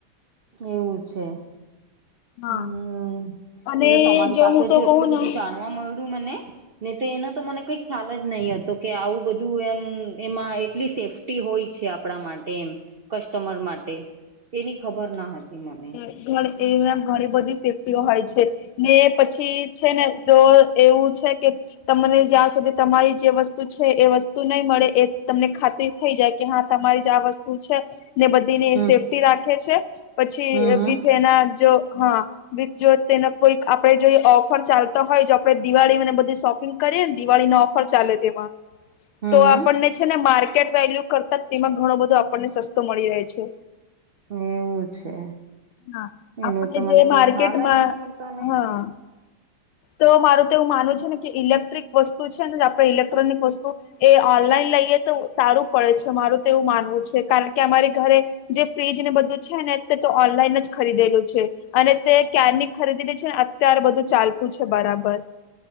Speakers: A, on the right (about 75°); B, on the left (about 80°).
A: એવું છે
B: હા
A: હમ
B: અને
A: એ તો તમારી
B: જો
A: પાસેથી
B: હું તો
A: એટલું
B: કહું
A: બધું
B: ને
A: જાણવા મળ્યું મને નહી તો એનો તો મને કઈ ખ્યાલ જ નહી હતો કે આવું બધું એમ એમાં એટલી સેફ્ટ હોય છે આપણા માટે એમ કસ્ટમર માટે એની ખબર ના હતી મને
B: ઘ એમ ઘણી બધી સેફ્ટીઓ હોય છે ને પછી છે ને તો એવું છે કે તમને જ્યાં સુધી તમારી જે વસ્તુ એ વસ્તુ નહી મળે એ તમને ખાતરી થઈ જાય કે હા તમારી જ આ વસ્તુ છે ને બધ
A: હમ
B: સેફ્ટી રાખે છે પછી
A: હમ હમ
B: વિથ એના જો હા જો તેનો કોઈક આપડે જો ઓફર ચાલતો હોય જો આપડે દિવાળી મને બધી શોપિંગ કરીએ ને દિળીનો ઓફર ચાલે તેમાં
A: હમ
B: તો
A: હમ
B: આપણને છે ને માર્કેટ વેલ્યુ કરતા તેમાં ઘણો બધો આપણને સસ્તો મળી રહે છે
A: એવું છે
B: હા
A: એનું
B: આપણે
A: તો
B: જે
A: મને
B: માર્કેટમાં
A: કઈ ખ્યાલ જ નહી હતો ને
B: હા તો મારું તો એવું માનવું છે ને કે ઇલેક્ટ્રિક વસ્તુ છે ને આપડણે ઇલેક્ટ્રોનિક વસ્તુ એ ઓનલાઈન લઈએ તો સારું પડે છે મારું તેવું માનવું છે કારણ કે અમારી ઘરે જે ફ્રીજ ને બધું છે ને તે તો ઓનલાઈન જ ખરીદેલું છે અને તે કકયાંર ની ખરીદી છે ને અત્યાર બધું ચાલતું છે બરાબર